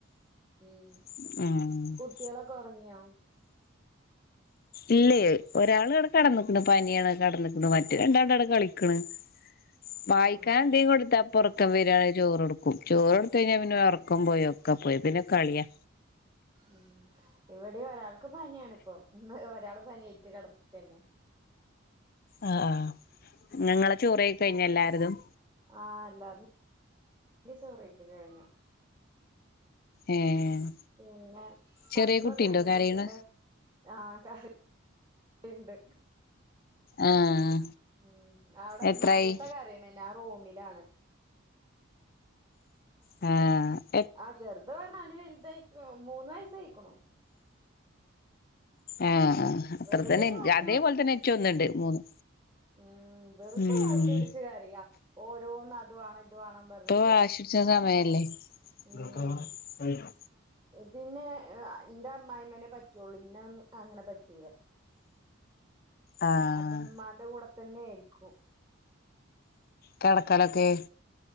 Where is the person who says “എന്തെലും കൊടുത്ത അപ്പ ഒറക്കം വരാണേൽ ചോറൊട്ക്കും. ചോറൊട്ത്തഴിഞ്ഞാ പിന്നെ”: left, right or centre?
Left